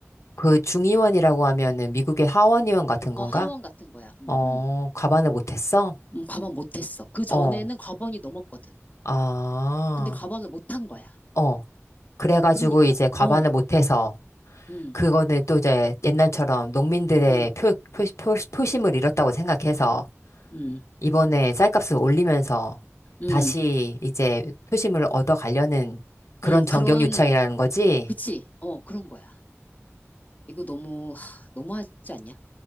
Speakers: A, on the left; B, on the left.
A: 그 중의원이라고 하면은 미국의 하원의원 같은
B: 어,
A: 건가?
B: 하원 같은 거야. 음,
A: 어,
B: 음.
A: 과반을 못했어?
B: 음, 과반 못했어. 그 전에는
A: 어,
B: 과반이 넘었거든.
A: 아,
B: 근데 과반을 못한 거야.
A: 어. 그래가지고
B: 그러니까,
A: 이제 과반을
B: 어,
A: 못해서
B: 음,
A: 그거는 또 이제 옛날처럼 농민들의
B: 음,
A: 표, 표, 표, 표심을 잃었다고 생각해서
B: 음,
A: 이번에 쌀값을 올리면서
B: 음,
A: 다시 이제 표심을 얻어가려는 그런
B: 음,
A: 정경유착이라는
B: 그런,
A: 거지?
B: 그치? 어, 그런 거야. 이거 너무, 하, 너무하지 않냐?